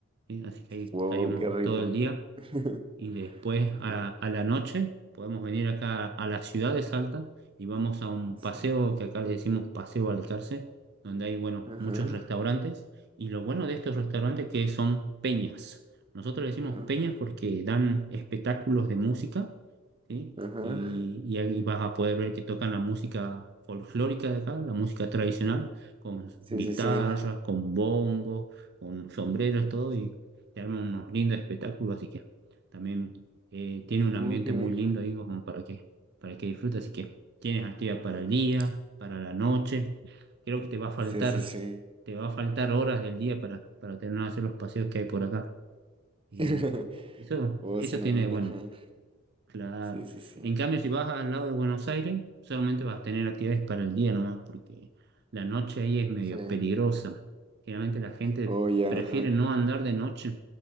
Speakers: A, on the right; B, on the right.
A: ¿sí? Así que ahí
B: Wow,
A: estaríamos
B: qué rico.
A: todo el día
B: <laughs>
A: y después
B: Ajá.
A: a, a la noche podemos venir acá a la ciudad de Salta y vamos a un
B: Sí.
A: paseo que acá le decimos Paseo Balcarce, donde hay, bueno,
B: Ajá.
A: muchos restaurantes y lo bueno de estos restaurantes que son peñas. Nosotros le decimos
B: ah,
A: peñas porque dan espectáculos de música ¿sí?
B: Ajá.
A: Y, y ahí vas a poder ver que tocan la música folclórica de acá, la música tradicional, con
B: Sí,
A: guitarras,
B: sí, sí.
A: con bombos, con sombreros, todo, y te arman unos lindos espectáculos, así que también eh, tiene un
B: Uh,
A: ambiente
B: qué
A: muy
B: bien.
A: lindo ahí como para que, para que disfrutes, así que tienes actividad
B: Ajá.
A: para el día, para la noche, creo que te va a faltar,
B: Sí, sí, sí.
A: te va a faltar horas del día para, para terminar de hacer los paseos que hay por acá. Eh,
B: <laughs>
A: eso,
B: Oh,
A: eso
B: suena
A: tiene
B: bien,
A: de bueno.
B: ajá.
A: Claro.
B: Sí, sí, sí.
A: En cambio, si vas al lado de Buenos Aires, solamente vas a tener actividades para el día nomás, porque la noche ahí es medio
B: Sí.
A: peligrosa. Generalmente la gente
B: Oh, ya,
A: prefiere
B: ajá.
A: no andar de noche,